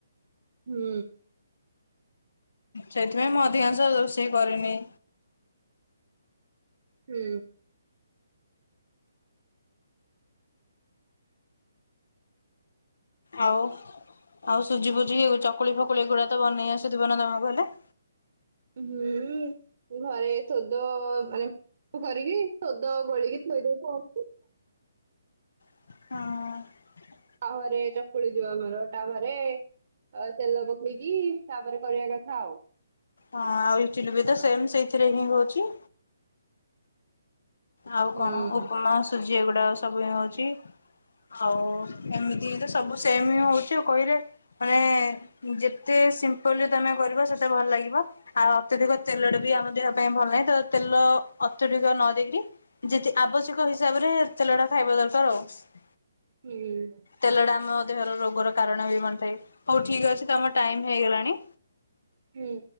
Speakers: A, on the right; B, on the left.
A: ହୁଁ।
B: ସେଇଥିପାଇଁ ମୁଁ ଅଧିକାଂଶ ରୋଷେଇ କରେନି।
A: ହୁଁ।
B: ଆଉ ଆଉ ସୁଜି ଫୁଜି ଏ ଚକୁଳି ଫକୁଳି ଏଗୁଡା ତ ବନେଇ ଆସୁଥିବ ନା ତମକୁ ହେଲେ?
A: ହୁଁ ଘରେ ସୋଦ ମାନେ। ସବୁ କରିକି ଶୋଦ ଗୋଳେଇକି ଥୋଇଦଉ ଥାଉ।
B: ହଁ।
A: ତାୱା ରେ ଚକୁଳି ଯୋଉ ଆମର ତାୱା ରେ। ତାୱା ରେ ତେଲ ପକେଇକି ତାପରେ କରିବା କଥା ଆଉ।
B: ହଁ ଆଉ ଇତିଲି ବି ତ ସେମ ସେଇଥିରେ ହିଁ ହଉଛି। ଆଉ
A: ହୁଁ
B: କଣ ଉପମା ସୁଜି ଏଗୁଡା ସବୁ ହଉଛି। ଆଉ ଏମିତି ହିଁ ତ ସବୁ ସେମ ହି ହଉଛି କହିରେ। ମାନେ ଯେତେ ସିମ୍ପଲି ତମେ କରିବ ସେତେ ଭଲ ଲାଗିବ। ଆଉ ଅତ୍ୟଧିକ ତେଲ ଟେ ବି ଆମ ଦେହ ପାଇଁ ଭଲ ନାହିଁ ତ ତେଲ ଅତ୍ୟଧିକ ନ ଦେଇକିରି। ଯେତି ଆବଶ୍ୟକ ହିସାବରେ ତେଲ ଟା ଖାଇବା ଦରକାର ଆଉ।
A: ହୁଁ।
B: ତେଲଟା ଆମ ଦେହର ରୋଗର କାରଣ ବି ବନି ଥାଏ ହଉ ଠିକ ଅଛି ତମ ଟାଇମ ହେଇଗଲାଣି।
A: ହୁଁ।